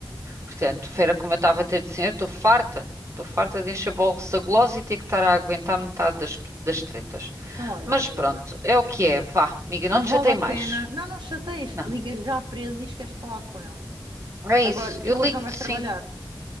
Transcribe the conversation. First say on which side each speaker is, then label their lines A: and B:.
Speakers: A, on the right; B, on the right.
A: Portanto, fera como eu estava a ter de dizer, estou farta. Estou farta de encher o bolso a golosos e ter que estar a aguentar metade das, das tretas.
B: Então, olha,
A: Mas
B: amiga,
A: pronto, é o que é. Vá, amiga, não
B: não
A: te
B: vale
A: chatei
B: a
A: mais.
B: pena, não, não chateias,
A: Não,
B: ligas já para ele e diz que queres falar com ele.
A: é isso.
B: Agora, tu
A: Eu
B: hoje
A: ligo-te,
B: não vais trabalhar?
A: sim.